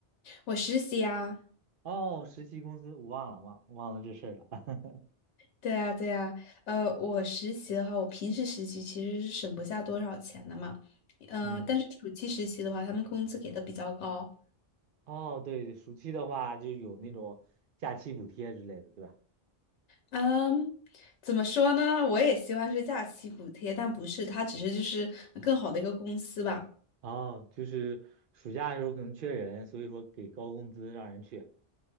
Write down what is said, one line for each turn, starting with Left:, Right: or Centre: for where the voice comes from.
Left: 我实习啊，
Right: 哦，实习工资我忘了，忘忘了这事儿了。<laughs>
Left: 对啊，对啊，呃，我实习的话，我平时实习其实是省不下多少钱的嘛，嗯、
Right: 嗯，
Left: 但是暑期实习的话，他们工资给的比较高。
Right: 哦，对，暑期的话就有那种假期补贴之类的，对吧？
Left: 嗯，怎么说呢？我也希望是假期补贴，但不是，它只是就是更好的一个公司吧。
Right: 哦，就是暑假的时候可能缺人，所以说给高工资让人去。